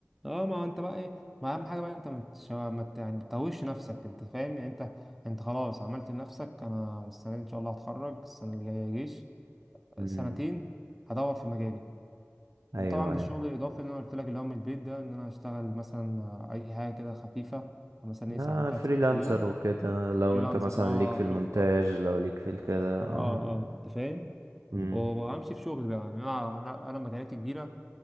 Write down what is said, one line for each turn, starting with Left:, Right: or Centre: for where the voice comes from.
Centre: اه ما انت بقى ايه ما اهم حاجه بقى انت متش... ما ت- يعني بتتوهش نفسك انت فاهم يعني انت انت خلاص عملت لنفسك انا السنه دي ان شاء الله هتخرج السنه اللي جايه جيش
Right: امم
Centre: سنتين هدور في مجالي وطبعا
Right: ايوه
Centre: بالشغل
Right: ايوه
Centre: الاضافي اللي انا قلت لك اللي هو من البيت ده ان انا اشتغل مثلا آه، اي حاجه كده خفيفه مثلا ايه ساعتين
Right: آه
Centre: تلات
Right: فريلانسر
Centre: ساعات في اليوم
Right: وكده لو
Centre: فريلانسر
Right: انت مثلا
Centre: اه
Right: ليك في المونتاج
Centre: شوف آه،
Right: لو ليك في الكده آه.
Centre: اه اه انت فاهم
Right: مم.
Centre: وامشي في شغل بقى يعني انا انا انا مكانتي كبيره